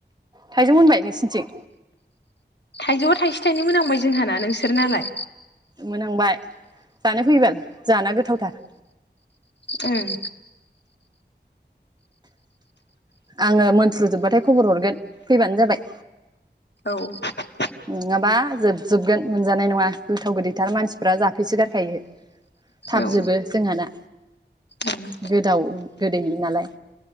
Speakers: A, on the right; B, on the left.
A: थाइजौ मोनबाय नो। नोंसोनिथिं
B: थाइजौआव थाइसे थाइनै मोनहांबाय जोंहाना नोंसोर नालाय?
A: मोनहांबाय जानो फैबाल जानो गोथावथार।
B: उम।
A: आङो मोनफ्रुजोब्बाथाय खबर हरगोन फैबानो जाबाय।
B: <unintelligible>
A: नङाबा जोबजोबगोन मोनजानाय नङा गोथाव गोदैथार मानसिफ्रा जाफैसो गारखायो। थाब
B: औ
A: जोबो जोंहाना।
B: ओं
A: गोदाव गोदै नालाय।